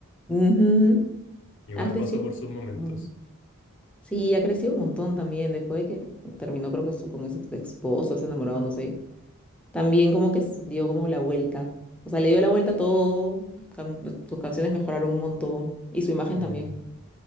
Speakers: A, in the centre; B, on the left.
A: Ujú.
B: igual
A: Ha crecido.
B: pasó por sus momentos.
A: un montón. Sí, ha crecido un montón también. Después de que terminó, creo que su- con ese esposo, ese enamorado, no sé. también como que s- dio como la vuelta. O sea, le dio la vuelta a todo, cam- pues, sus canciones mejoraron un montón y su imagen
B: Mm,
A: también.